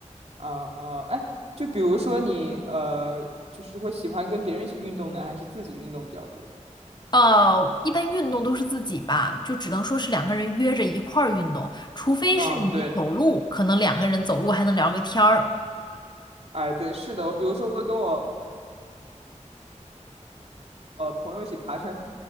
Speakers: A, on the right; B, on the left.
A: 啊、哎，就比如说你呃，就是会喜欢跟别人一起运动呢，还是自己运动比较多？
B: 呃，一般运动都是自己吧，就只能说是两个人约着一块儿运动，除非是你走路，
A: 嗯，对。
B: 可能两个人走路还能聊个天儿。
A: 哎，对，是的，我比如说我跟我呃朋友一起爬山，